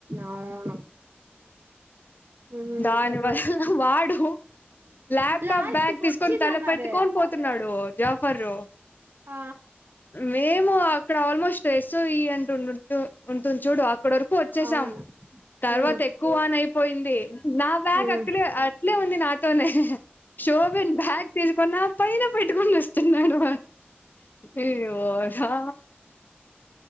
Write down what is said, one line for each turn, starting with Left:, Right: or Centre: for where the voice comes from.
Right: అవును ఉహు
Left: దానివల్ల వాడు ల్యాప్టాప్
Right: లాస్ట్
Left: బ్యాగ్
Right: కు
Left: తీసుకొని
Right: వచ్చిందన్నారే
Left: తల పెట్టుకొని పోతున్నాడు జాఫరు
Right: ఆ
Left: మేము అక్కడ ఆల్మోస్ట్స్మో ఎస్వి అంటూ ఉన్ ఉంటుంది చూడు ఇక్కడ వరకు వచ్చేసాం
Right: అవును
Left: తర్వాత
Right: ఉమ్
Left: ఎక్కువ వానయిపోయింది నా బ్యాగ్
Right: ఉమ్
Left: అక్కడే అట్లే ఉంది నాతోనే శోబిన్ బ్యాగ్ తిసుకున్న పైన పెట్టుకుని వస్తున్నాడు అయ్యో పోరా